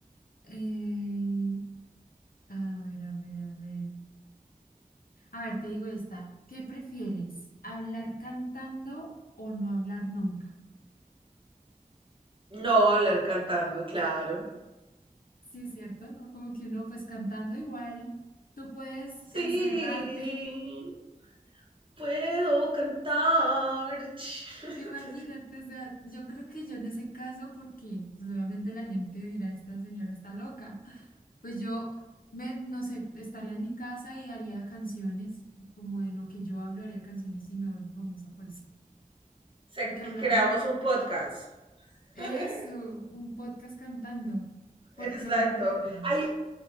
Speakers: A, on the left (about 80°); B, on the right (about 35°).
A: eh, a ver, a ver, a ver. A ver, te digo esta. ¿Qué prefieres? ¿Hablar cantando o no hablar nunca?
B: No hablar cantando, claro.
A: Sí, es cierto, ¿no? Como que uno, pues cantando igual, tú puedes encerrarte
B: Sí,
A: <laughs>
B: puedo cantar. <laughs>
A: Imagínate, o sea, yo creo que yo en ese caso, porque pues, obviamente la gente dirá, esta señora está loca, pues yo me, no sé, estaría en mi casa y haría canciones, como de lo que yo hablo, haría canciones y me vuelvo famosa por eso.
B: Se
A: Porque hablar
B: creamos
A: nunca.
B: un podcast.
A: Eso,
B: <laughs>
A: un podcast cantando. Porque
B: Exacto.
A: hablar nunca. no.
B: Hay,